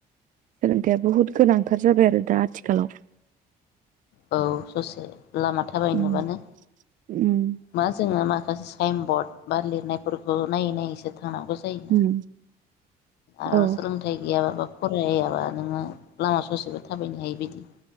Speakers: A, on the right; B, on the left.
A: सोलोंथाया बहुत गोनांथार जाबाय आरो दा आथिखालाव।
B: औ ससे। लामा थाबाय
A: उम
B: नुबानो
A: उम
B: मा जोङो मा साइन बर्ड बा लिरनायफोरखौ नायै नायैसो थां थानांगौ जायोना
A: उम
B: आरो
A: औ
B: सोलोंथाइ गैयाबाबो फरायाबा नोङो लामा ससेबो थाबायनो हायि बाइदि